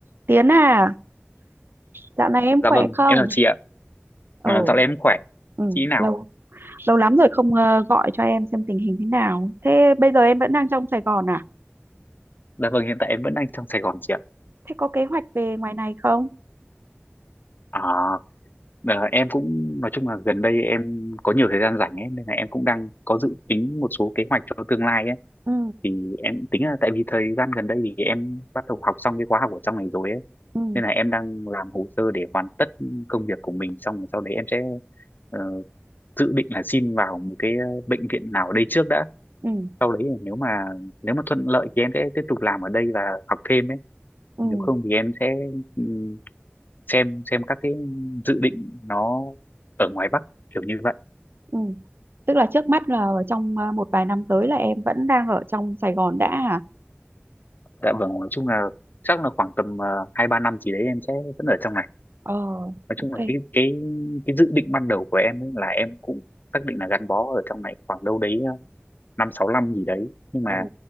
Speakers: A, on the right (about 55°); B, on the left (about 45°).
A: Tiến à, dạo này em
B: Dạ
A: khỏe
B: vâng,
A: không?
B: em chào chị ạ.
A: Ừ,
B: À, dạo này em khỏe.
A: ừ,
B: Chị nào?
A: lâu lâu lắm rồi không ờ, gọi cho em xem tình hình thế nào. Thế bây giờ em vẫn đang trong Sài Gòn à?
B: Dạ vâng, hiện tại em vẫn đang trong Sài Gòn chị ạ.
A: Thế có kế hoạch về ngoài này không?
B: À, ờ, em cũng nói chung là gần đây em có nhiều thời gian rảnh ấy, nên là em cũng đang có dự tính một số kế hoạch cho tương lai ấy.
A: Ừ,
B: Thì em tính là tại vì thời gian gần đây thì em bắt đầu học xong cái khóa học ở trong này rồi ấy.
A: ừ,
B: Nên là em đang làm hồ sơ để hoàn tất công việc của mình xong rồi sau đấy em sẽ ờ, dự định là xin vào một cái ờ, bệnh viện nào ở đây trước đã.
A: ừ,
B: Sau đấy là nếu mà nếu mà thuận lợi thì em sẽ tiếp tục làm ở đây và học thêm ấy
A: ừ,
B: nếu không thì em sẽ ừm, xem xem các cái dự định nó ở ngoài Bắc kiểu như vậy
A: ừ. Tức là trước mắt là trong ờ, một vài năm tới là em vẫn đang ở trong Sài Gòn đã à?
B: dạ vâng nói chung là chắc là khoảng tầm ờ, hai ba năm gì đấy em sẽ vẫn ở trong này
A: Ờ,
B: nói
A: ok.
B: chung là cái cái cái dự định ban đầu của em ấy là em cũng xác định là gắn bó ở trong này khoảng đâu đấy ờ, năm sáu năm gì đấy nhưng mà
A: Ừ.